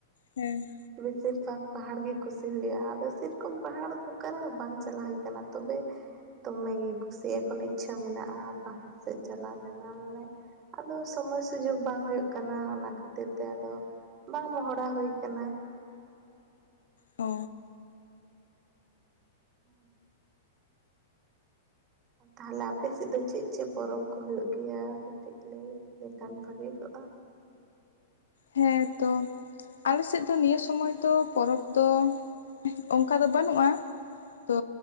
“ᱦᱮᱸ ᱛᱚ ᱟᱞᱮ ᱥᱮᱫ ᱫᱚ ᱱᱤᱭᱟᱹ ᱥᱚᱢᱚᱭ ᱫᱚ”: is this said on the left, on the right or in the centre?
Left